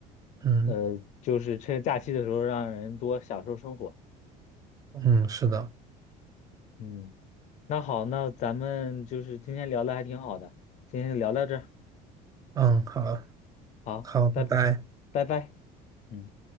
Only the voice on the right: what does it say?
嗯
嗯，是的，
嗯，好
好，拜拜。